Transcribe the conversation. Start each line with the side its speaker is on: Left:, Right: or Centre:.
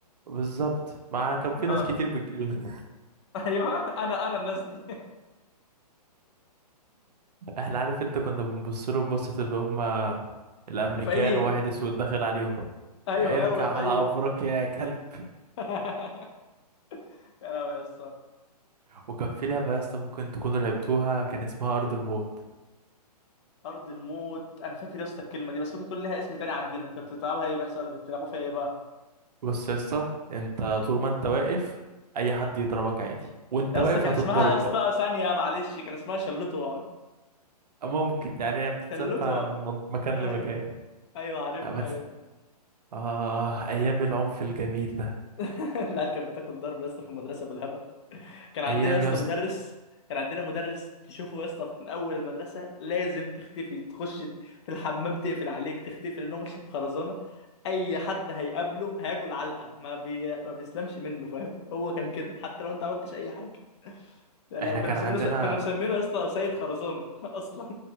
Right: بالظبط ما كان في
Left: اه
Right: ناس كتير بتجيلنا
Left: <laughs> ايوه انا انا الناس دي
Right: <laughs> احنا عارف انت كنا بنبص لهم بصه اللي هم الامريكان
Left: <laughs> فقير
Right: وواحد اسود داخل عليهم
Left: ايوه
Right: اركع
Left: يلا
Right: على
Left: فقير
Right: افريقيا يا كلب
Left: <laughs> يا لهوي يا اسطى
Right: وكان في لعبه يا اسطى ممكن تكونوا لعبتوها كان اسمها ارض الموت
Left: ارض الموت انا فاكر يا اسطى الكلمه دي بس ممكن يكون لها اسم تاني عندنا كنت بتلعبها ايه بيحصل بتلعبوا فيها ايه بقى
Right: بص يا اسطى انت طول ما انت واقف اي حد يضربك عادي وانت
Left: يا
Right: واقف
Left: اسطى كان
Right: هتتضرب
Left: اسمها يا اسطى
Right: بقى.
Left: ثانيه معلش كان اسمها شلوته واقعد
Right: ممكن يعني هي بتتسبع
Left: شلوته وأقعد.
Right: من من- مكان
Left: ايوه
Right: لمكان
Left: ايوه عارفها
Right: آه، بس
Left: ايوه
Right: آه أيام العنف الجميل ده
Left: <laughs> العيال كانت بتاكل ضرب يا اسطى في المدرسه بالهبل كان عندنا
Right: أيام
Left: يا اسطى
Right: يا اسطى
Left: مدرس كان عندنا مدرس تشوفه يا اسطى من اول المدرسه لازم تختفي تخش في الحمام تقفل عليك تختفي لانه ماشي بخرزانه اي حد هيقابله هياكل علقه ما بي... ما بيسلمش منه فاهم هو كان كده حتى لو انت عملتش اي حاجه لا لا
Right: إحنا
Left: كانوا
Right: كان
Left: مسمينه
Right: عندنا
Left: س... كانوا مسمينه يا اسطى سيد خرزانه <laughs> اصلا